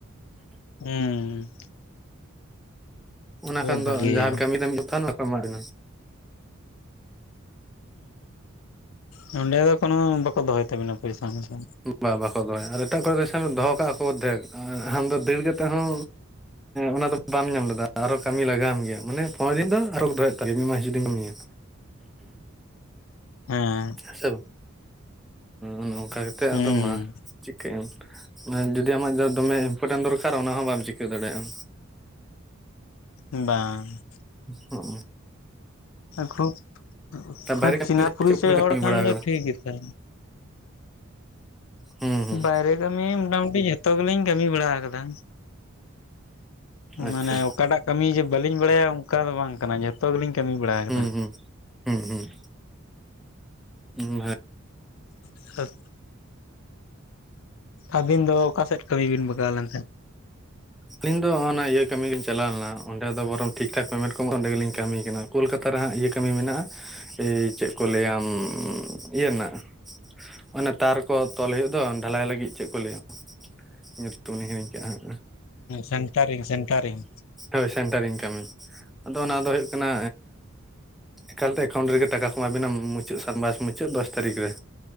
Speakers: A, on the left (about 70°); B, in the centre.
A: ᱦᱩᱸᱻ
B: ᱚᱱᱟ ᱠᱷᱟᱱ
A: ᱵᱷᱟᱜᱮᱭᱟ
B: ᱫᱚ ᱡᱟᱦᱱᱸ ᱠᱟᱹᱢᱤ ᱨᱮᱢ ᱡᱛᱟᱣ ᱱᱟ ᱢᱤᱫ <unintelligible> ᱮᱢᱟ ᱫᱤᱧ
A: ᱦᱩᱸ ᱚᱸᱰᱮ ᱫᱚ ᱠᱳᱱᱳ ᱵᱟᱠᱚ ᱫᱚᱦᱚᱭ ᱛᱟᱵᱤᱱᱟ ᱯᱚᱭᱥᱟ ᱦᱮᱸᱥᱮ,
B: ᱵᱟ-ᱵᱟᱠᱚ ᱫᱚᱦᱚᱭᱟ, ᱟᱨ ᱮᱴᱟᱜ ᱠᱚᱨᱮ ᱫᱚ ᱥᱮ ᱫᱚᱦᱚ ᱠᱟᱜ-ᱟ ᱠᱚ ᱚᱫᱷᱮᱠ ᱟᱢᱫᱚ ᱫᱟᱹᱲ ᱠᱟᱛᱮᱫ ᱦᱚᱸ ᱚᱱᱟ ᱫᱚ ᱵᱟᱢ ᱧᱟᱢ ᱞᱮᱫᱟ᱾ ᱟᱨᱚ ᱠᱟᱹᱢᱤ ᱞᱟᱜᱟᱣᱟᱢ ᱜᱮᱭᱟ, ᱢᱟᱱᱮ ᱯᱚ ᱫᱤᱱ ᱫᱚ ᱟᱨᱚ ᱫᱚᱦᱚᱭ ᱦᱩᱭᱩᱜ ᱛᱟᱞᱮᱭᱟ ᱢᱤᱫ ᱢᱟᱥ ᱡᱩᱫᱤᱢ ᱠᱟᱹᱢᱤᱭᱟ᱾
A: ᱦᱮᱸ,
B: ᱦᱮᱸ ᱥᱮ ᱵᱟᱝ, ᱚᱱᱮ ᱚᱱᱠᱟ ᱠᱟᱛᱮ
A: ᱦᱩᱸ
B: ᱟᱫᱚ ᱢᱟ ᱪᱤᱠᱟᱹᱭ ᱟᱨ ᱡᱩ ᱡᱩᱫᱤ ᱟᱢᱟᱜ ᱡᱟ ᱫᱚᱢᱮ ᱤᱢᱯᱚᱴᱮᱱᱴ ᱫᱚᱨᱠᱟᱨ, ᱚᱱᱟ ᱦᱚᱸ ᱵᱟᱢ ᱪᱤᱠᱟᱹ ᱫᱟᱲᱮᱭᱟᱜ-ᱟ᱾
A: ᱵᱟᱝ,
B: ᱦᱚᱜ-ᱚ,
A: ᱠᱷᱩᱵ,
B: ᱛᱟ ᱵᱟᱭᱨᱮ
A: ᱠᱷᱩᱵ
B: ᱠᱟᱹᱢᱤ
A: ᱪᱤᱱᱟᱯᱩᱨᱤᱪᱚᱭ
B: ᱨᱮ ᱪᱮᱫ ᱠᱚᱵᱤᱱ ᱠᱟᱹᱢᱤ
A: ᱦᱚᱲ ᱠᱷᱟᱱ
B: ᱵᱟᱲᱟ ᱟᱠᱟᱫᱟ
A: ᱫᱚ ᱴᱷᱤᱠ ᱜᱮᱛᱟ
B: ᱦᱩᱸ ᱦᱩᱸ
A: ᱵᱟᱭᱨᱮ ᱠᱟᱹᱢᱤ, ᱢᱚᱴᱟᱢᱩᱴᱤ ᱡᱷᱚᱛᱚ ᱜᱮᱞᱤᱧ ᱠᱟᱹᱢᱤ ᱵᱟᱲᱟ ᱟᱠᱟᱫᱟ᱾
B: ᱟᱪᱪᱷᱟ
A: ᱢᱟᱱᱮ ᱚᱠᱟᱴᱟᱜ ᱠᱟᱹᱢᱤ ᱡᱮ ᱵᱟᱹᱞᱤᱧ ᱵᱟᱲᱟᱭᱟ, ᱚᱱᱠᱟ ᱫᱚ ᱵᱟᱝ ᱠᱟᱱᱟ᱾ ᱡᱚᱛᱚ ᱜᱮᱞᱤᱧ ᱠᱟᱹᱢᱤ ᱵᱟᱲᱟ ᱟᱠᱟᱫᱟ᱾
B: ᱦᱩᱸ ᱦᱩᱸ ᱦᱩᱸ, ᱦᱩᱸ, ᱦᱩᱸ, ᱦᱮ
A: <unintelligible> ᱟᱹᱵᱤᱱ ᱫᱚ ᱚᱠᱟᱥᱮᱫ ᱠᱟᱹᱢᱤ ᱵᱤᱱ ᱵᱟᱜᱟᱣ ᱞᱮᱱ ᱛᱮ?
B: ᱟᱞᱤᱧ ᱫᱚ ᱦᱚᱼᱚᱱᱟ ᱤᱭᱟᱹ ᱠᱟᱹᱢᱤ ᱞᱤᱧ ᱪᱟᱞᱟᱣ ᱞᱮᱱᱟ, ᱚᱸᱰᱮ ᱫᱚ ᱵᱚᱨᱚᱝ ᱴᱷᱤᱠ ᱴᱷᱟᱠ ᱯᱮᱢᱮᱱᱴ ᱠᱚ ᱮᱢ ᱚᱸᱰᱮ ᱜᱮᱞᱤᱧ ᱠᱟᱹᱢᱤ ᱠᱟᱱᱟ᱾ ᱠᱳᱞᱠᱟᱛᱟ ᱨᱮ ᱦᱟᱸᱜ ᱤᱭᱟᱹ ᱠᱟᱹᱢᱤ ᱢᱮᱱᱟᱜ-ᱟ, ᱮᱤ ᱪᱮᱫ ᱠᱚ ᱞᱟᱹᱭᱟᱢ ᱤᱭᱟᱹ ᱨᱮᱱᱟᱜ ᱚᱱᱮ ᱛᱟᱨ ᱠᱚ ᱛᱚᱞ ᱦᱩᱭᱩᱜ ᱫᱚ ᱰᱷᱟᱞᱟᱭ ᱞᱟᱹᱜᱤᱫ, ᱪᱮᱫ ᱠᱚ ᱞᱟᱹᱭᱟ᱾ ᱧᱩᱛᱩᱢ ᱤᱧ ᱦᱤᱲᱤᱧ ᱠᱮᱼᱟ ᱦᱟᱜ,
A: ᱥᱮᱱᱴᱟᱨᱤᱧ, ᱥᱮᱱᱴᱟᱨᱤᱧ᱾
B: ᱦᱳᱭ, ᱥᱮᱱᱴᱟᱨᱤᱧ ᱠᱟᱹᱢᱤ, ᱟᱫᱚ ᱚᱱᱟ ᱫᱚ ᱦᱩᱭᱩᱜ ᱠᱟᱱᱟ ᱮᱠᱟᱞ ᱛᱮ ᱮᱠᱟᱣᱩᱱᱴ ᱨᱮᱜᱮ ᱴᱟᱠᱟ ᱠᱚ ᱮᱢᱟᱵᱤᱱᱟ ᱢᱩᱪᱟᱹᱫ ᱥᱟᱱᱵᱟᱥ ᱢᱩᱪᱟᱹᱫ ᱫᱚᱥ ᱛᱟᱹᱨᱤᱠᱷ ᱨᱮ᱾